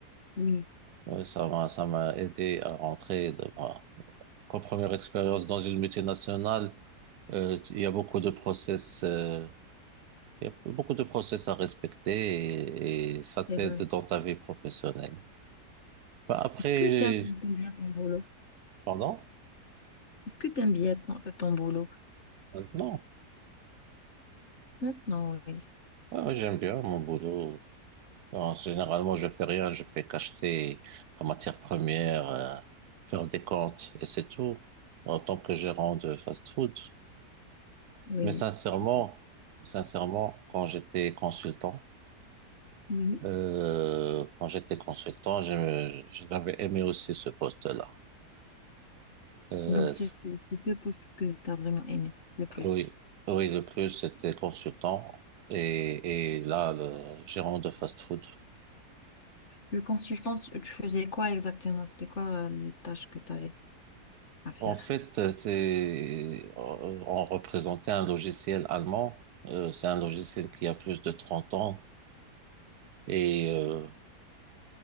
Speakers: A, on the left; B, on the right.
A: oui,
B: Ouais, ça m'a, ça m'a aidé à rentrer dans ma- comme première expérience dans une multinationale. euh, il y a beaucoup de process, euh, il y a beaucoup de process à respecter et, et ça t'aide
A: c'est vrai.
B: dans ta vie professionnelle. Bah, après,
A: Est-ce que t'aimes t'aimes bien ton boulot?
B: pardon,
A: Est-ce que t'aimes bien ton, ton boulot?
B: maintenant,
A: Maintenant, oui.
B: ouais, ouais, j'aime bien mon boulot. Alors, généralement, je fais rien, je fais qu'acheter la matière première, euh, faire des comptes et c'est tout en tant que gérant de fast-food.
A: Oui,
B: Mais sincèrement,
A: je dis.
B: sincèrement, quand j'étais consultant,
A: Oui.
B: euh, quand j'étais consultant, j'aimais- j'avais aimé aussi ce poste-là. Euh,
A: Donc, c'est
B: c-
A: c'est- c'est deux postes que t'as vraiment aimé le plus.
B: oui, oui, le plus c'était consultant et, et là, le gérant de fast-food.
A: Le consultant, tu tu faisais quoi exactement? C'était quoi euh, les tâches que t'avais à faire?
B: En fait, euh, c'est, euh, on représentait un logiciel allemand. Euh, c'est un logiciel qui a plus de 30 ans et euh,